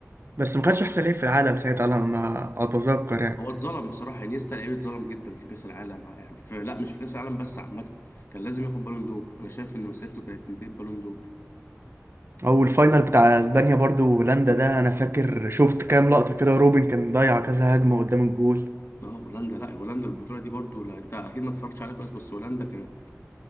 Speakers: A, on the right (about 45°); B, on the left (about 45°).
A: بس ما خدش احسن لعيب في العالم ساعتها على ما اتذكر يعني
B: هو اتظلم بصراحه انيستا لعيب اتظلم جدا في كاس العالم يعني في لا مش في كاس العالم بس عامه كان لازم ياخد بالون دور انا شايف ان مسيرته كانت تنتهي ببالون دور
A: او الفاينل بتاع اسبانيا برضو هولندا ده انا فاكر شفت كام لقطه كده روبن كان ضيع كذا هجمه قدام الجول
B: اه هولندا لا هولندا البطوله دي برضو لا انت اكيد ما اتفرجتش عليها كويس بس هولندا كانت